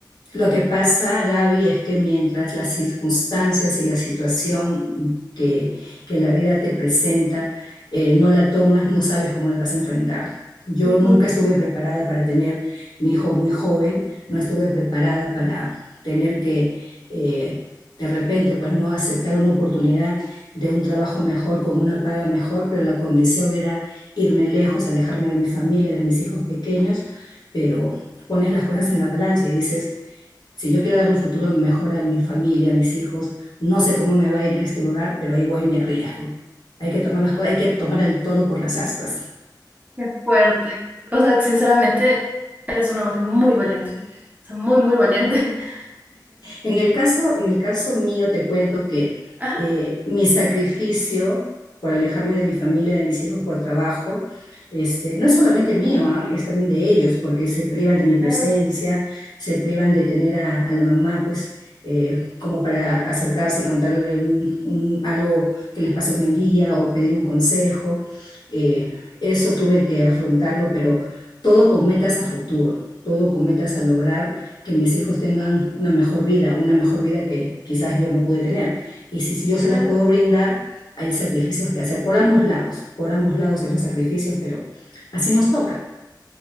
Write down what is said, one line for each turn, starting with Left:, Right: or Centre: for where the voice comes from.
Left: Lo que pasa, Gaby, es que mientras las circunstancias y la situación que, que la vida te presenta eh, no la tomas, no sabes cómo la vas a enfrentar. Yo
Right: Ujú.
Left: nunca estuve preparada para tener mi hijo muy joven, no estuve preparada para tener que eh, de repente, pues no aceptar una oportunidad de un trabajo mejor, con una paga mejor, pero la condición era irme lejos, alejarme de mi familia, de mis hijos pequeños, pero pones las cosas en la balanza y dices, si yo quiero dar un futuro mejor a mi familia, a mis hijos, no sé cómo me va a ir en este lugar, pero ahí voy y me arriesgo. Hay que tomar las cosas, hay que tomar el toro por las astas.
Right: Qué fuerte. O sea, sinceramente, eres una mujer muy valiente. O sea, muy, muy valiente. <laughs>
Left: En el caso, en el caso mío, te cuento que
Right: Ajá,
Left: eh, mi sacrificio por alejarme de mi familia, de mis hijos por trabajo, este, no es solamente mío, ¿ah? es también de ellos, porque se privan de mi presencia,
Right: claro,
Left: se privan de tener a, a la mamá, pues, eh, como para acercarse y contarle un- un- algo que les pasó en el día o pedir un consejo. Eh, eso tuve que afrontarlo, pero todo con metas a futuro, todo con metas a lograr que mis hijos tengan una mejor vida, una mejor vida que quizás yo no pude tener. Y si, si yo se
Right: claro.
Left: las puedo brindar, hay sacrificios que hacer por ambos lados, por ambos lados es los sacrificios, pero así nos toca.